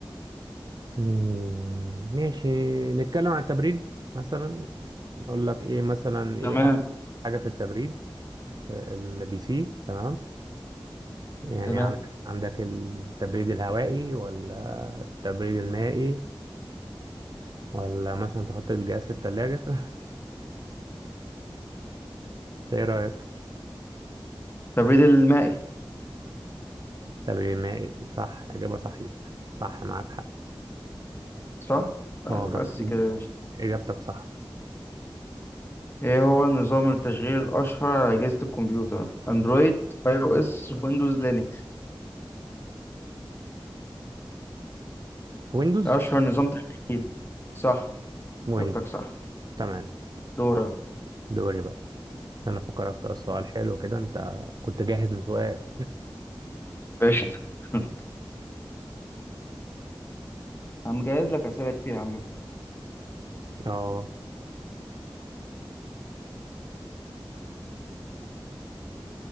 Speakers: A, on the right; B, on the left.
A: مم، ماشي نتكلم عن التبريد مثلا اقول لك ايه مثلا ايه
B: تمام
A: تمام احسن حاجه في التبريد في البي سي تمام يعني
B: تمام
A: تمام عندك عندك التبريد الهوائي ولا التبريد المائي ولا مثلا تحط الجهاز في الثلاجه <laughs> انت ايه رايك
B: التبريد المائي
A: تبريد مائي صح اجابه صحيحه صح معاك حق
B: صح؟ أيوة،
A: اه تمام. جاب-
B: بس كده يا باشا.
A: اجابتك صح
B: ايه هو نظام التشغيل الاشهر على اجهزة الكمبيوتر اندرويد اي او اس ويندوز لينكس
A: ويندوز
B: اشهر نظام تشغيل صح
A: ويندوز
B: جبتك صح
A: تمام
B: دورك
A: دوري بقى انا فكرك في سؤال حلو كده انت كنت جاهز بسؤال
B: قشطة <laughs> هنجهز لك اسئلة كتير يا عم
A: اه